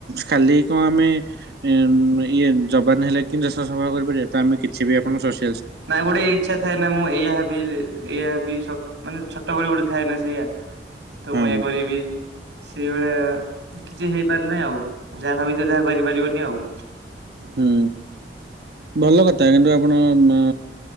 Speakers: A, on the right (about 60°); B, on the right (about 85°).
A: ଖାଲି କଣ ଆମେ ଉଁ ଇଏ ଯବାନ ହେଲେ କିମତି ଦେଶ ସେବା କରିପାରିବିବା ତ ଆମେ କିଛି ବି ଆପଣ ଶ
B: ନାଇ ଗୋଟେ ଇଚ୍ଛା ଥାଏ ନା ମୁଁ ଏଇଆହେବି ଏଇଆହେବି ସ ମାନେ ଛୋଟବେଳେ ଗୋଟେ ଥାଏ ନା ସେଇଆ।। ତ
A: ହଁ
B: ମୁଁ ଇଇଆ କରିବି। ସେଇଭଳିଆ କିଛି ହେଇପାରୁ ନାହିଁ ଆଉ ଯାହା ଭାବିଥିବ ଯାହା କରିପାରିବନି ଆଉ।
A: ହୁଁ ଭଲ କଥା କିନ୍ତୁ ଆପଣ ନ